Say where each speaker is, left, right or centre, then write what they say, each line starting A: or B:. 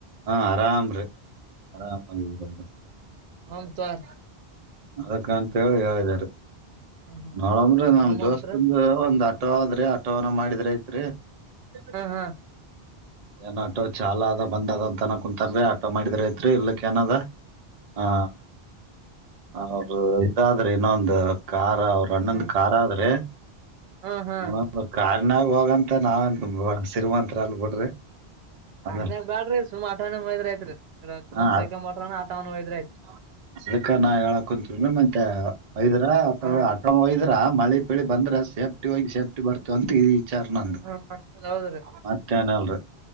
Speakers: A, on the right; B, on the right.
A: ಹಾ ಆರಾಮ್ರೀ ಆರಾಮಾಗಿದು
B: ಹಂ ತಾರ
A: ಅದಕ್ಕ ಅಂತ ಹೇಳಿ ಹೇಳಾರೆ
B: ಹ್ಮ್ ಹ್ಮ್
A: ನಾಳಂದ್ರಿ ನಮ್
B: ಓಮ್
A: ದೋಸ್ತಂದು
B: ಅಂತ್ರಿ
A: ಒಂದ್ ಆಟೋ ಆದ್ರೆ ಅ ಅವನ ಮಾಡಿದ್ರ ಐತ್
B: ಹಾ ಹಾ
A: ಏನ್ ಆಟೋ ಚಾಲ ಅದ ಬಂದ್ ಅದ ಅಂತ ಅನ ಕುಂತನ್ಆಟೋ ಮಾಡಿದ್ರ ಐತ್ರಿ ಇಲ್ಲಕ್ಕ ಏನದ ಹಾ ಅವ್ರ ಇದಾದ್ರೆ ಇನ್ನೊಂದು ಅವರುನ್ನೊಂದು
B: ಹಾ
A: ಕಾರ್ ಆದ್ರೆ
B: ಹಾ ಹಾ
A: ನ ಕಾರ್ನಾಗ ಹೋಗಂತ ಮ ನಾವನ್ ಶರಿಮಂತಅಲ್ ಬಿಡ್ರಿ ಅದ
B: ಆರನಾಗ ಬೇಡ್ರಿ ಸುಮ್ ಆಟಾವನ ಒಯದ್ರ ಯಐತ್ರಿ ರಕೊಂದ್
A: ಹಾ
B: ಸೈಕ ಮಾಡಟ್ರ ಆಟಾವ ಒಯದ್ರ ಐತ್ರಿ
A: ಅದಕ್ಕ ನಾ ಹೇಳಾಕ್ಂತವಿ ಮತ್ತೆ ವೈದರ ಅ
B: ಹಾ
A: ಅೈದ ಇದ್ರ ಮಳಿ ಪಳಿ ಬಂದ್ರೆ ಸೇಫ್ಟಿ ಹೋಗಿ ಸೇಫ್ಟಿ ಬರ್ತ ಅಂತ ಚರ್ನಂದ
B: ಹಾ ಹೌದ್ ಹೌದ್ರಿ
A: ಮತ್ತಾನಲ್ರಿ